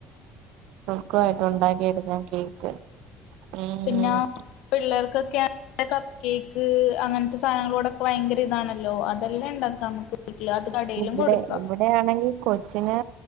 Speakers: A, on the right; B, on the left.
A: ക്കായിട്ട് ഉണ്ടാക്കി എടുക്കാൻ കേക്ക് ഉം
B: പിന്നാ പിള്ളേർക്കൊക്കെ കപ്പ് കേക്ക് അങ്ങനത്തെ സാധനങ്ങളോടൊക്കെ ഭയങ്കര ഇതാണല്ലോ അത് എല്ലാംണ്ടാക്കാം അമ്മക്ക് വീട്ടിൽ അത് കടയിലും
A: ഇവിടെ
B: കൊടുക്കാം
A: ഇവിടെയാണെങ്കിൽ കൊച്ചിന്